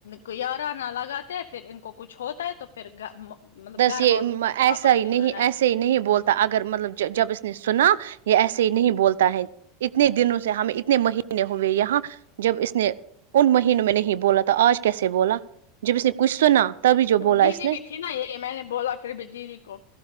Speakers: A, on the left; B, on the right.
A: کو یارانا لگاتے پھر ان کو کچھ ہوتا ت ہے تو پھر مطلب
B: بس
A: گھر
B: یہ
A: والوں
B: م- ایسا
A: آپس
B: ہی
A: میں
B: نہیں
A: لڑائی
B: ایسا آہستے نہیں بولتا اگر مطلب جب اس نے سنا یہ ایسے ہی نہیں بولتا ہے اتنے دنوں سے ہمیں اتنے مہینے ہوئے یہاں جب اس نے ان مہینوں میں نہیں بولا تھا آج کیسے بولا جب اس نے کچھ سنا تبھی جو بولا
A: جی
B: اس
A: جی
B: نے
A: بھی تھی نہیں یہ میں نے بولا پھر بھی دیدی کو